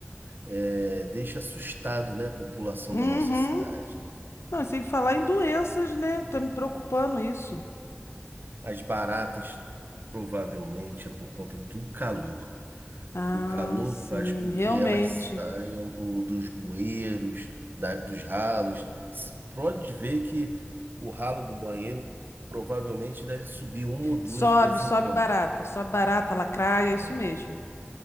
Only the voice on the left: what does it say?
Uhum.
Não, e sem falar em doenças, né? Tá me preocupando isso.
Ah,
sim,
realmente.
Sobe,
sobe
barata, sobe barata, lacraia,
é isso mesmo.